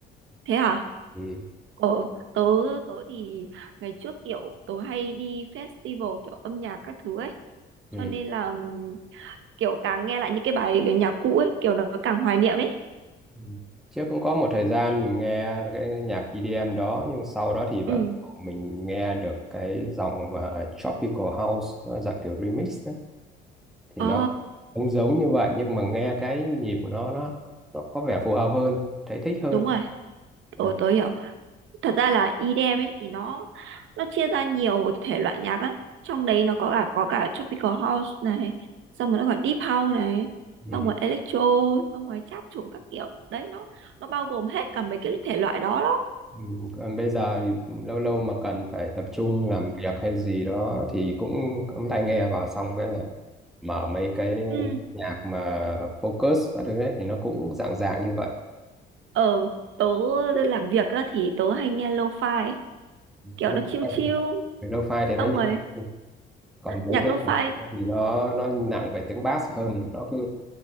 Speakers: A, on the right; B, in the centre.
A: thế hả
B: Ừ.
A: ờ tớ tớ thì ngày trước kiểu tớ hay đi festival kiểu âm nhạc các thứ ấy cho
B: Ừ.
A: nên là ừm, kiểu càng nghe lại những cái bài cái nhạc cũ ấy kiểu nó càng hoài niệm ấy
B: ừ. Trước cũng có một thời gian mình nghe cái nhạc EDM đó, nhưng sau đó thì bắt
A: Ừ.
B: đầu mình nghe được cái dòng mà Tropical House, nó là dạng kiểu remix thì
A: Ồ,
B: nó cũng giống như vậy nhưng mà nghe cái nhịp của nó nó nó có vẻ phù hợp hơn thấy thích hơn
A: đúng rồi,
B: À,
A: tôi tôi hiểu. Thật ra là EDM ấy thì nó nó chia ra nhiều thể loại nhạc lắm. Trong đấy nó có cả có cả tropical house này, xong rồi nó gọi deep house này,
B: ừ.
A: xong rồi electro, xong rồi trap trùng các kiểu. Đấy nó nó bao gồm hết cả mấy cái thể loại đó đó.
B: Ừ. Còn bây giờ thì lâu lâu mà cần phải tập trung làm việc hay gì đó thì cũng cắm tai nghe vào xong cái là mở mấy cái
A: Ừ.
B: nhạc mà focus các thứ đấy thì nó cũng dạng dạng như vậy
A: ở tớ làm việc á, thì tớ hay nghe lo-fi, kiểu
B: lo-fi
A: nó chill chill,
B: thì, lo-fi thì nó
A: xong
B: nhẹ
A: rồi
B: còn mấy
A: nhạc
B: cái
A: lo-fi,
B: nhạc thì nó nó nặng về tiếng bass hơn nó cứ